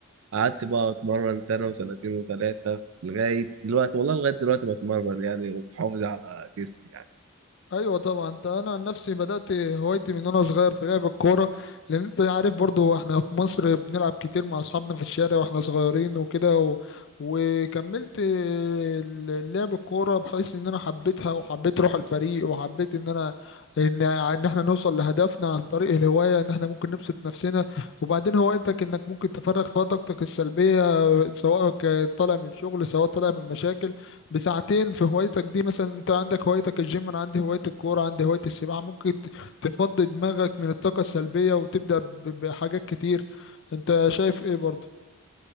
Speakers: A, on the right; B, on the left.
A: قعدت بقى اتمرن سنه وسنتين وثلاثه لغايه دلوقتي والله لغايه دلوقتي بتمرن يعني ومحافظ على جسمي يعني
B: ايوه طبعا ده انا عن نفسي بدات هوايتي من وانا صغير في لعب الكوره لان انت عارف برضو احنا في مصر بنلعب كتير مع اصحابنا في الشارع واحنا صغيرين وكده و... وكملت ال- لعب الكوره بحيث ان انا حبيتها وحبيت روح الفريق وحبيت ان انا ان ان احنا نوصل لهدفنا عن طريق الهوايه ان احنا ممكن نبسط نفسنا وبعدين هوايتك انك ممكن تفرغ فيها طاقتك السلبيه سواء ك- طالع من شغل سواء طالع من مشاكل بساعتين في هوايتك دي مثلا انت عندك هوايتك الجيم انا عندي هواية الكورة عندي هواية السباحة ممكن ت- تفضي دماغك من الطاقة السلبية وتبدأ ب- بحاجات كتير انت شايف ايه برضه